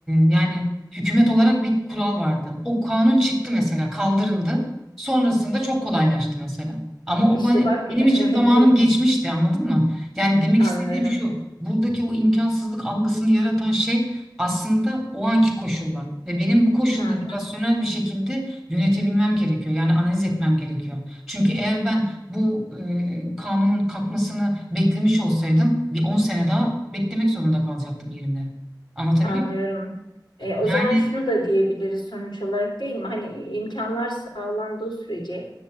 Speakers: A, in the centre; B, on the left (about 85°).
A: yani hükümet olarak bir kural vardı. O kanun çıktı mesela, kaldırıldı. Sonrasında çok kolaylaştı mesela. Ama o
B: İşte
A: bana,
B: bak <laughs>
A: benim için zamanım
B: yine
A: geçmişti, anladın mı? Yani demek
B: anlıyorum.
A: istediğim şu, buradaki o imkansızlık algısını yaratan şey aslında o anki koşullar. Ve benim bu koşulları
B: Hı hı.
A: rasyonel bir şekilde yönetebilmem gerekiyor. Yani analiz etmem gerekiyor. Çünkü eğer ben bu e, kanunun kalkmasını beklemiş olsaydım bir 10 sene daha beklemek zorunda kalacaktım yerimde. Anlatabiliyor
B: Anlıyorum.
A: muyum?
B: E, o
A: Yani
B: zaman şunu da diyebiliriz sonuç olarak değil mi? Hani imkanlar sağlandığı sürece